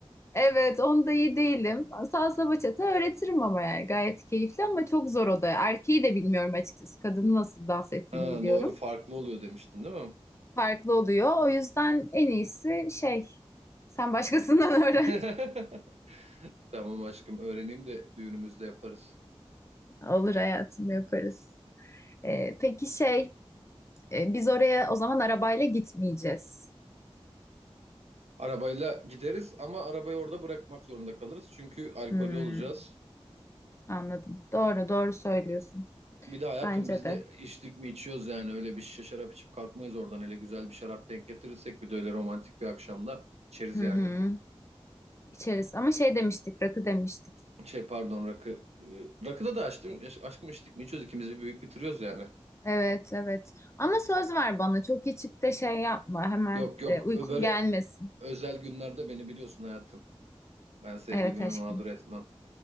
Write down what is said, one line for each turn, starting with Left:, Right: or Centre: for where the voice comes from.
Left: Evet, onda iyi değilim. Salsa bachata öğretirim ama yani gayet keyifli ama çok zor o da. Erkeği de bilmiyorum açıkçası. Kadının nasıl dans ettiğini
Right: Ha,
Left: biliyorum.
Right: doğru farklı oluyor demiştin değil mi?
Left: Farklı oluyor. O yüzden en iyisi şey, sen başkasından <laughs> öğren.
Right: <laughs> Tamam aşkım öğreneyim de düğünümüzde yaparız.
Left: Olur hayatım yaparız. Ee, peki şey, e, biz oraya o zaman arabayla gitmeyeceğiz.
Right: Arabayla gideriz ama arabayı orada bırakmak zorunda kalırız. Çünkü alkollü
Left: Hmm,
Right: olacağız.
Left: anladım. Doğru, doğru söylüyorsun.
Right: Bir de hayatım
Left: Bence
Right: biz
Left: de.
Right: de içtik mi içiyoruz yani öyle bir şişe şarap içip kalkmayız oradan. Hele güzel bir şarap denk getirirsek bir de öyle romantik bir akşamda içeriz
Left: Hı
Right: yani.
Left: hı. İçeriz ama şey demiştik, rakı demiştik.
Right: Şey pardon rakı. e, Rakıda da açtım. Aşkım içtik mi içiyoruz ikimiz bir büyük bitiriyoruz yani.
Left: Evet, evet. Ama söz ver bana çok içip de şey yapma. Hemen
Right: Yok yok
Left: e, uykun
Right: ö böyle
Left: gelmesin.
Right: Özel günlerde beni biliyorsun hayatım. Ben sevgilimi
Left: Evet aşkım,
Right: mağdur etmem.